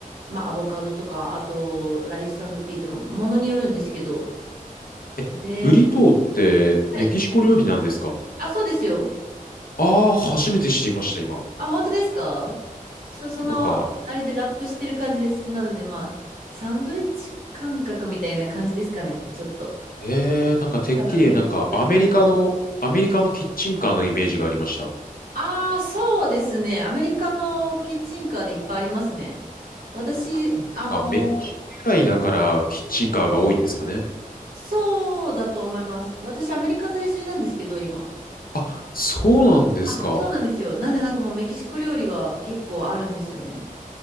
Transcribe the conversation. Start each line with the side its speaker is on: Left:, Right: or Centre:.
Right: まあ、アボカドとか、あと、ライスピーとか、ものによるんですけど、
Left: え、
Right: 全部、
Left: ブリトーってメキシコ料理なんですか
Right: はい。あ、そうですよ。
Left: ああー、初めて知りました、今。
Right: あ、本当ですかそ、その、
Left: なんか、
Right: あれでラップしてる感じです。なので、まあ、サンドイッチ感覚みたいな感じですかね、ちょっと。
Left: ええーなんかてっきりなんかアメリカの、
Right: 多分メキシコ人。
Left: アメリカのキッチンカーのイメージがありました。
Right: ああ、そうですね。アメリカのキッチンカーでいっぱいありますね。私、
Left: あ、そっか、
Right: あの、
Left: メキシコ由来だからキッチンカーが多いんですかね。
Right: そうだと思います。私、アメリカ在住なんですけど、今。
Left: あ、そうなんですか。
Right: あ、そうなんですよ。なんで、なんかもうメキシコ料理は結構あるんですよね。